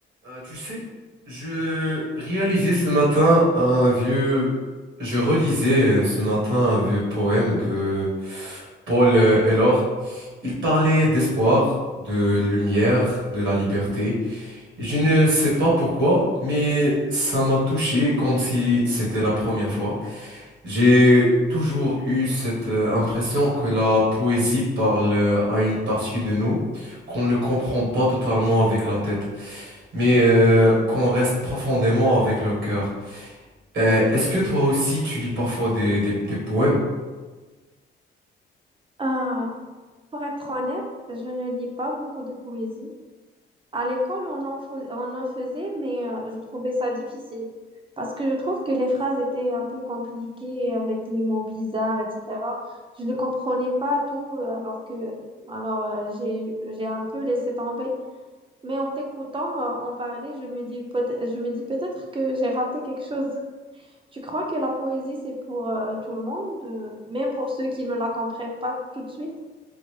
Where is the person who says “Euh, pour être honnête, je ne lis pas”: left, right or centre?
Right